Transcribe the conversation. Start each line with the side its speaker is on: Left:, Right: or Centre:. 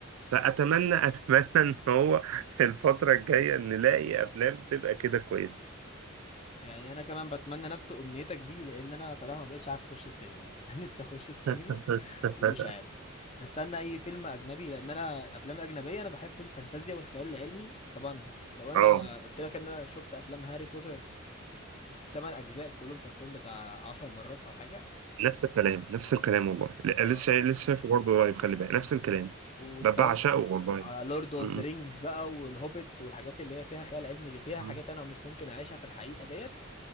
Right: فاتمنى <laughs> اتمنى ان هو الفتره الجايه نلاقي افلام تبقى كده كويسه
Left: يعني انا كمان بتمنى نفس امنيتك دي لان انا صراحه ما بقتش عارف اخش السينما يعني انا <laughs> نفسي اخش السينما
Right: <laughs>
Left: ومش عارف بستنى اي فيلم اجنبي لان انا الافلام الاجنبيه انا بحب الفانتازيا والخيال العلمي طبعا لو انا
Right: اه
Left: قلت لك ان انا شفت افلام هاري بوتر الثمان اجزاء كلهم شفتهم بتاع عشر مرات او حاجه
Right: نفس الكلام نفس الكلام والله لا،
Left: اه
Right: لسه شايف لسه شايفه برضه قريب خلي بالك نفس الكلام
Left: واتفرجت
Right: ب- بعشقه والله
Left: على لورد اوف
Right: م-
Left: ذا رينجز بقى والهوبيتس والحاجات اللي هي فيها خيال علمي اللي فيها
Right: م-
Left: حاجات انا مش ممكن اعيشها في الحقيقه ديت